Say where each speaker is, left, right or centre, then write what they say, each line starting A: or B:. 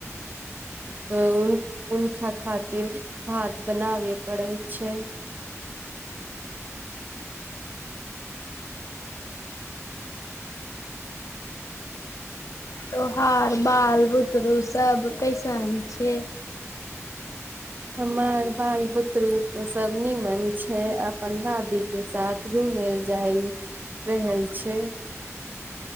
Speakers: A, on the right (about 35°); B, on the left (about 85°).
A: त हुनका खातिर भात बनाबे पड़ै छै
B: तोहार बाल बुतरू सब कैसन छै
A: हमर बाल बुदरू तऽ सब निमन छै अपन दादी के साथ घुमैल जाइ रहल छै